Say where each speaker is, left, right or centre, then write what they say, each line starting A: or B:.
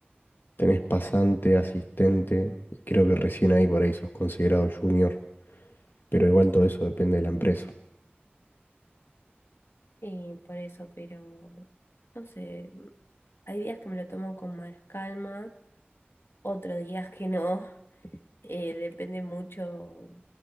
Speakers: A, on the left; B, on the left.
A: tenés pasante, asistente, y creo que recién ahí por ahí sos considerado junior, pero igual todo eso depende de la empresa.
B: Y por eso, pero no sé, hay días que me lo tomo con más calma, otros días que no, eh, depende mucho